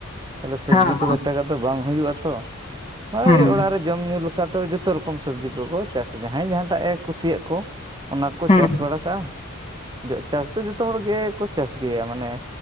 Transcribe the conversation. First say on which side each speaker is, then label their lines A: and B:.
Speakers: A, on the right; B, on the left.
A: ᱛᱟᱦᱚᱞᱮ ᱥᱚᱵᱽᱡᱤ
B: ᱦᱮᱸ
A: ᱠᱚᱫᱚ <unintelligible> ᱫᱚ ᱵᱟᱝ ᱦᱩᱭᱩᱜ-ᱟ ᱛᱚ ᱾ <inaudible>
B: ᱦᱩᱸ
A: ᱳᱭ ᱚᱲᱟᱜ ᱨᱮ ᱡᱚᱢ ᱧᱩ ᱞᱮᱠᱟ ᱫᱚ ᱡᱚᱛᱚ ᱨᱚᱠᱚᱢ ᱥᱚᱵᱽᱡᱤ ᱠᱚᱠᱚ ᱪᱟᱥᱟ, ᱡᱟᱦᱟᱸᱭ ᱡᱟᱦᱟᱸᱴᱟᱜ ᱮ ᱠᱩᱥᱤᱭᱟᱜ ᱠᱚ ᱚᱱᱟᱠᱚ
B: ᱦᱩᱸ
A: ᱪᱟᱥ ᱵᱟᱲᱟ ᱠᱟᱜ-ᱟ ᱾ <inaudible> ᱪᱟᱥ ᱫᱚ ᱡᱚᱛᱚ ᱦᱚᱲ ᱜᱮᱠᱚ ᱪᱟᱥ ᱜᱮᱭᱟ, ᱢᱟᱱᱮ